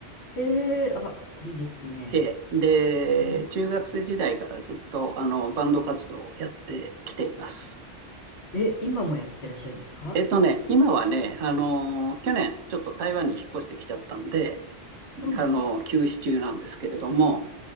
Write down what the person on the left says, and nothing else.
へえ、あ、いいですね。
うん。
え、今もやってらっしゃるんですか
うん。